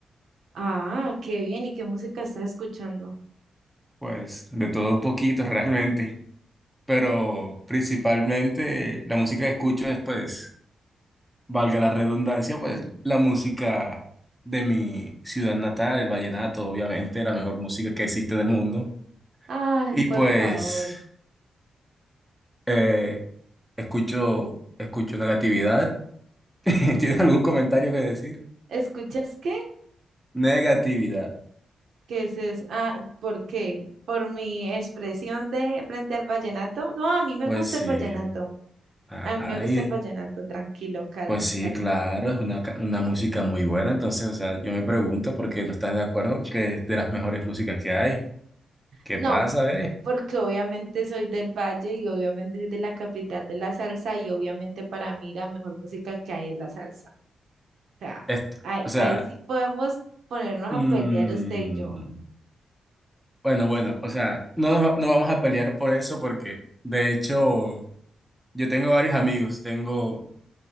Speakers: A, on the right; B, in the centre.
A: Ah, qué bien. ¿Y qué música estás escuchando?
B: pues de todo un poquito <laughs> realmente, pero principalmente la música que escucho es pues, valga la redundancia, pues la música de mi ciudad natal, el vallenato, obviamente, la mejor música que existe en el mundo.
A: Ay,
B: Y
A: por
B: pues
A: favor.
B: eh, escucho, escucho negatividad. <laughs> ¿Tienes algún comentario que decir?
A: ¿Escuchas qué?
B: Negatividad.
A: ¿Qué es eso? Ah, ¿por qué? ¿Por mi expresión de frente al vallenato? No, a mí me
B: Pues
A: gusta
B: sí.
A: el vallenato.
B: Ajá,
A: A mí me gusta
B: y-
A: el vallenato. Tranquilo, calma,
B: Pues sí,
A: calma.
B: claro, es una, ca- una música muy buena, entonces, o sea, yo me pregunto por qué no estás de acuerdo que es de las mejores músicas que hay. ¿Qué
A: No,
B: pasa,
A: p-
B: eh?
A: porque obviamente soy del Valle y obviamente soy de la capital de la salsa y obviamente para mí la mejor música que hay es la salsa. O sea,
B: Est-
A: ahí,
B: o sea,
A: ahí sí podemos ponernos
B: mm,
A: a pelear usted y yo.
B: bueno, bueno, o sea, no, nos va- no vamos a pelear por eso porque, de hecho, yo tengo varios amigos, tengo